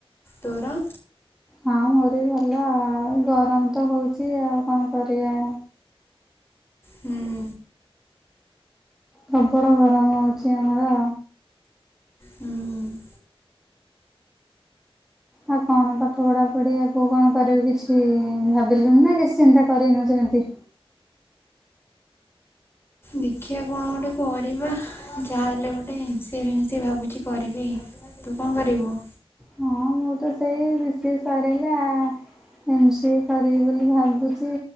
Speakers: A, on the left; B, in the centre.
A: ତୋର?
B: ହଁ ମୋର ବି ଭଲ ଆଉ ଗରମ ତ ହୋଉଚି ଆଉ କଣ କରିବା।
A: ହୁଁ।
B: ପ୍ରବଳ ଗରମ ହୋଉଚି ଆମର।
A: ହୁଁ।
B: ଆଉ କଣ ପାଠ ପଢାପଢି ଆଗକୁ କଣ କରିବୁ କିଛି ଭାବିଲୁଣି ନା କିଛି ଚିନ୍ତା କରିନୁ ସେମିତି।
A: ଦେଖିବା କଣ ଗୋଟେ କରିବା ଯାହାହେଲେ ଗୋଟେ ଏନ୍ ସିଏ ଫେନ୍ ସିଏ ଭାବୁଚି କରିବି। ତୁ କଣ କରିବୁ?
B: ହଁ ମୁଁ ତ ସେଇ ବିସିଏ ସରିଲା ଏମ୍ ସିଏ କରିବି ବୋଲି ଭାବୁଚି